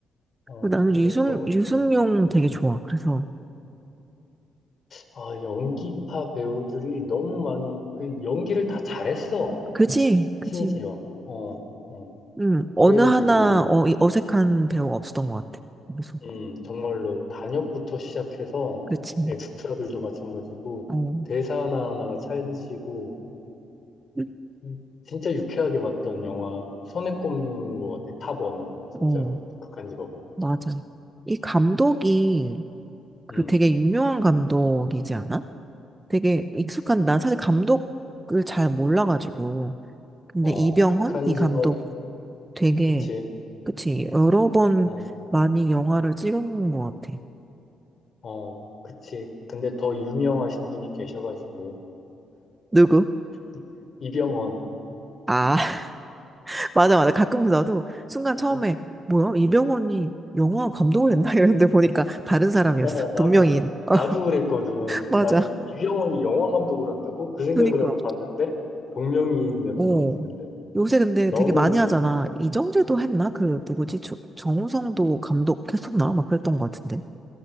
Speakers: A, on the left; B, on the right.
A: 어,
B: 그리고 나는
A: 그래서
B: 유승, 유승용
A: 좀
B: 되게 좋아. 그래서,
A: 아, 연기파 배우들이 너무 많이, 그 연기를 다 잘했어.
B: 그치,
A: 심지어.
B: 그치.
A: 어, 어.
B: 음, 어느
A: 그래가지고,
B: 하나 어, 이 어색한 배우가 없었던 것 같아. 그래서,
A: 음, 정말로 단역부터 시작해서
B: 그치.
A: 엑스트라들도 마찬가지고,
B: 어,
A: 대사 하나하나가 찰지고,
B: 음,
A: 음, 진짜 유쾌하게 봤던 영화, 손에 꼽는 것 같아. 탑원으로, 진짜로.
B: 어,
A: 극한 직업은.
B: 맞아. 이 감독이 그
A: 음,
B: 되게 유명한 감독이지 않아? 되게 익숙한, 난 사실 감독을 잘 몰라가지고. 근데
A: 어,
B: 이병헌?
A: 극한
B: 이
A: 직업,
B: 감독 되게,
A: 그치.
B: 그치, 여러 번
A: 어,
B: 많이 영화를 찍은 것 같아.
A: 어, 그치. 근데 더 유명하신 분이 계셔가지고,
B: 누구?
A: 이- 이병헌.
B: 아, <laughs> 맞아, 맞아. 가끔 나도 순간 처음에,
A: 어,
B: 뭐야, 이병헌이 영화 감독을 했나? <laughs> 이랬는데 보니까 다른 사람이었어.
A: 어, 나도,
B: 동명이인. <laughs>
A: 나도
B: 어,
A: 그랬거든.
B: 맞아.
A: 나도 이병헌이 영화 감독을 한다고? 그 생각을
B: 그니까,
A: 하고 봤는데, 동명이인이었던
B: 어.
A: 거지. 근데
B: 요새 근데
A: 너무
B: 되게 많이
A: 이제,
B: 하잖아. 이정재도 했나? 그, 누구지? 조- 정우성도 감독했었나? 막 그랬던 것 같은데.